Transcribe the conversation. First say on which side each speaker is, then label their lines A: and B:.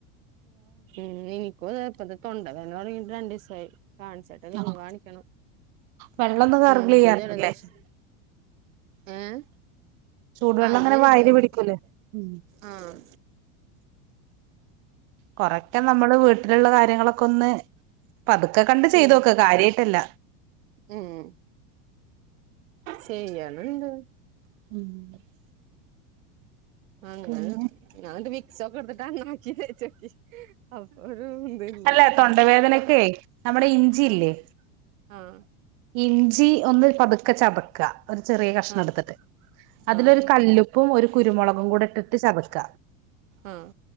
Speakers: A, on the right; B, on the right.
A: ഇന്നെനിക്കുതേ ഇപ്പതാ തൊണ്ടവേദന തൊടങ്ങിട്ട് രണ്ടിസായി. കാണിച്ച ട്ട്‌ല്ലെന്ന്
B: ആഹ്
A: കാണിക്കണം
B: വെള്ളൊന്നും ഗർഗിൾ
A: മോനിക്കും
B: ചെയ്യാറില്ലേ
A: ജലദോഷം ഏഹ്
B: ചൂടുവെള്ളങ്ങനെ
A: അത് ചെയ്തു
B: വായില് പിടിക്കൂലേ, ഉം
A: ആഹ്
B: കൊറക്കെ നമ്മള് വീട്ടില്ള്ള കാര്യങ്ങളൊക്കെ ഒന്ന് പതുക്കെ കണ്ട്
A: ശരി
B: ചെയ്തുനോക്ക്, കാര്യയിട്ടല്ല.
A: ഉം, ചെയ്യണ്‌ണ്ട്
B: <unintelligible>
A: അങ്ങനെ
B: പിന്നെ
A: ഞാൻൻട്ട് വിക്സൊക്കെ എടുത്ത് തലമ്മലാക്കി തേച്ചോക്കി അപ്പൊരു ഇതുല്ല
B: അല്ല തൊണ്ടവേദനക്കെ
A: അപ്പൊ
B: നമ്മുടെ ഇഞ്ചിയില്ലേ
A: ആഹ് ആഹ്
B: ഇഞ്ചി ഒന്ന് പതുക്കെ ചതക്ക, ഒരു ചെറിയ കഷ്ണടുത്തിട്ട്
A: ആഹ്
B: അതിലൊരു
A: ആഹ്
B: കല്ലു പ്പും ഒരുകുരുമൊളകും കൂടെ ഇട്ടിട്ട് ചതക്ക
A: ആഹ്